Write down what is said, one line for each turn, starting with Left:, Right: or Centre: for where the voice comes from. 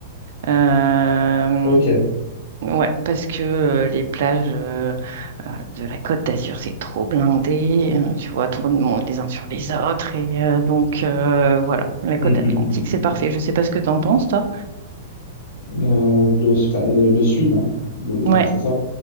Right: Euh,
Left: Ok.
Right: Ouais, parce que euh, les plages euh, euh, de la Côte d'Azur, c'est trop blindé, euh, tu vois, trop de monde les uns sur les autres. Et euh, donc, euh, voilà, la côte
Left: Mm,
Right: atlantique,
Left: mm, mm,
Right: c'est parfait. Je sais pas ce que t'en penses, toi.
Left: mm. Euh, le, enfin, le, le sud, hein. Le-
Right: Ouais,
Left: c'est ça?